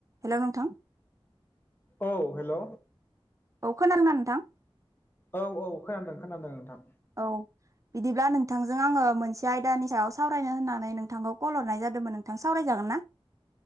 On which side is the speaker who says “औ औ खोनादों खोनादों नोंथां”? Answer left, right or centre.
Left